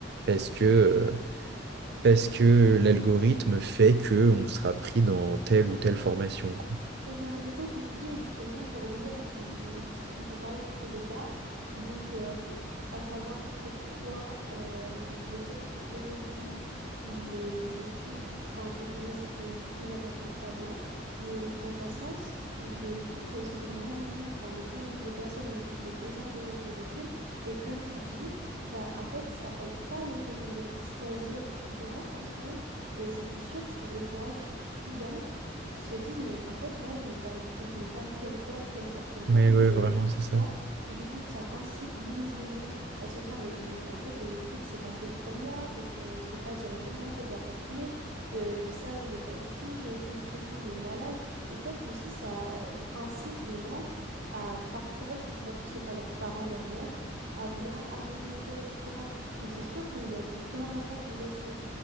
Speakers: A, on the right; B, on the right.
A: parce que, euh, parce que l'algorithme fait que on sera pris dans telle ou telle formation, quoi.
B: Oui, c'est intéressant ce que tu dis, et justement, pour rebondir avec ce qu'on, ce dont on parlait tout au départ, donc euh, à savoir pourquoi euh, on pouvait dire qu'aujourd'hui, les études, enfin, entre guillemets, c'était plus important qu'avant, mais dans un sens, le- je trouve qu'il y a aussi de moins en moins, enfin, de plus en plus de personnes donc, qui se désintéressent des études, et comme tu dis, bah, en fait, ça aide pas le fait qu'on doit choisir, etc., parce que euh, je suis sûre que ça en décourage plus d'un qui se disent, mais en fait, là, je me perle- je me ferme telle porte, telle porte, telle
A: Ouais,
B: porte, mais
A: ouais,
B: je
A: vraiment,
B: vais faire
A: c'est ça.
B: quoi? Et du coup, ça incite, limite les gens à se dire, mais je- en fait, les études, c'est pas fait pour moi, parce qu'on ne sait pas directement, en fait, vers quoi se tourner. Euh, ça, je vais pas être pris. Il y a aussi une pression de malade. Et peut-être qu'aussi, ça incite les gens à, parfois, s'ils sont pas poussés par leurs parents derrière, à vouloir arrêter l'école, etc. Donc, c'est sûr qu'il y a aussi plein d'impacts négatifs.